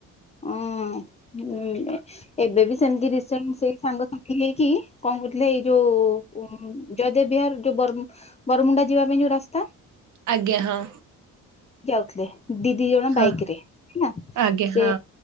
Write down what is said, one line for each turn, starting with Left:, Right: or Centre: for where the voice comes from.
Left: ହୁଁ। ହୁଁ ଏବେ ବି ସେମ୍ ତି ରିସେଣ୍ଟ୍ ସେଇ ସାଙ୍ଗସାଥି ହେଇକି କଣ କରୁଥିଲେ ଏଇ ଯୋଉ ଜୟଦେବ୍ ବିହାର ଯୋଉ ବରମୁଣ୍ଡା ଯିବା ପାଇଁ ଯୋଉ ରାସ୍ତା
Right: ଆଜ୍ଞା ହଁ।
Left: ଥିଲେ ଦି, ଦି ଜଣ
Right: ହଁ
Left: ବାଇକ୍ ରେ ହେଲା
Right: ଆଜ୍ଞା
Left: ସେ
Right: ହଁ